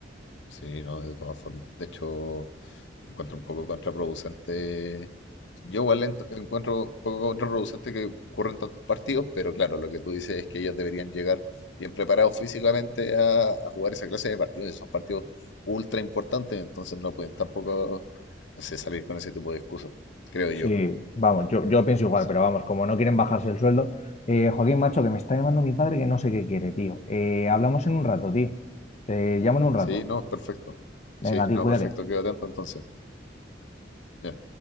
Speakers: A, on the left; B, on the left.
A: Sí, no, de todas formas. De hecho, encuentro un poco contraproducente. Yo igual ent- encuentro un poco contraproducente que ocurran tantos partidos, pero claro, lo que tú dices es que ellos deberían llegar bien preparados físicamente a, a jugar esa clase de partidos. y Son partidos ultra importantes, entonces no pueden tampoco, no sé, salir con ese tipo de excusas, creo yo.
B: Sí, vamos, yo, yo pienso igual,
A: Sí,
B: pero vamos, como no quieren bajarse el sueldo, eh, Joaquín, macho, que me está llamando mi padre que no sé qué quiere, tío. Eh, hablamos en un rato, tío. Te llamo en un rato.
A: sí, no, perfecto.
B: Venga,
A: Sí,
B: tío,
A: no,
B: cuídate.
A: perfecto, quedo atento entonces. Ya.